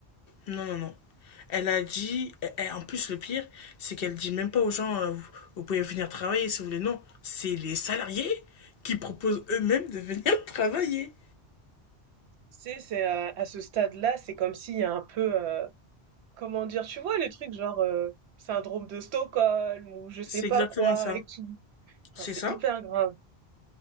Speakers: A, on the left; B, on the right.
A: Non, non, non. Elle a dit, et- et en plus le pire, c'est qu'elle dit même pas aux gens, euh, vous, vous pouvez venir travailler si vous voulez. Non, c'est les salariés qui proposent eux-mêmes de venir <laughs> travailler.
B: tu sais, c'est, euh, à ce stade-là, c'est comme s'il y a un peu, euh, comment dire, tu vois, les trucs genre euh, syndrome de Stockholm ou je sais
A: C'est
B: pas
A: exactement
B: quoi
A: ça.
B: et tout. Enfin,
A: C'est
B: c'est
A: ça.
B: hyper grave.